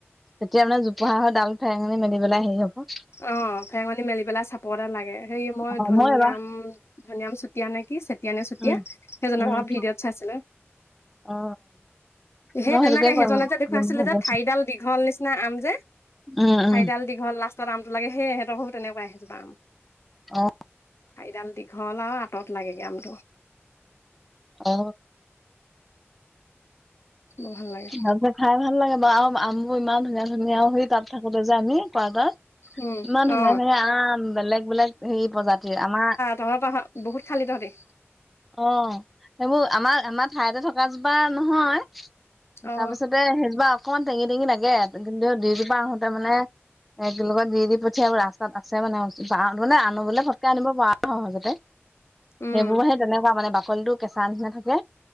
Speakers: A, in the centre; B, on the left.
A: তেতিয়া মানে জোপোাাহৰ ডাল ফেঙ মেল পেলাই হেৰি হব
B: অ ফেঙনি মেলি পেলাই চাপ এটা লাগে সেই মই
A: অ
B: ধনিয়াম
A: এবাৰ
B: ধনিয়াম চটিয় নে কিি চ চুটয়া নে চুটয়া
A: উম
B: সেইজনৰ
A: উম
B: আক ভিডিঅ'ত চাইছিলো
A: অ
B: সেই
A: মই
B: তেনেকে
A: সেইটোকে কৰিম
B: সেইজনে
A: কৰিম
B: যে দেখুৱাই আছিলে
A: বুলি ভাবি
B: যে
A: আছো
B: ঠাইডাল দীঘল নিচিনা আম যে
A: উম
B: ঠাইিডাল
A: উম
B: দীঘল লা ত আমটোাগেয়ে তইো তেকুৱাই আহি যাব আম
A: অ
B: আ দাম দীঘল আৰু আঁত লাগেগৈ আ
A: অ
B: বৰ ভাল লাগে
A: সিহতে খাই ভাল লাগে বাৰু আৰু আমো ইমান ধুনীয়া ধুনীয়া সেই তাত থাকোতে যে আমি ক তত
B: উম
A: ইমান ধুনীয়া
B: অ
A: ধুনীয়া আম বেলেগ বেলেগ হেৰি প্ৰজাতিৰ আমাৰ
B: তহৰ তহ'ত বহুত খালি তহঁতি।
A: অ' সেইবোৰ আমাৰ আমাৰ ঠাইতে থকা জোপা নহয়। তাৰপিছত,
B: অ
A: তে সেইজোপা অকমান টেঙি টেঙি লাগে, কিন্তু দুইজোপা আহোতে মানে এক লগত দি দি পঠিয়াই ৰাস্তাত আছে মানে মানে আনো নে আনো বুলিলে ফটকে আনিব পাৰ আৰু সহজতে।
B: উম
A: সেইবোৰ সেই তেনেকুৱা মানে বাকলিটো কেঁচা নিচিনা থাকে।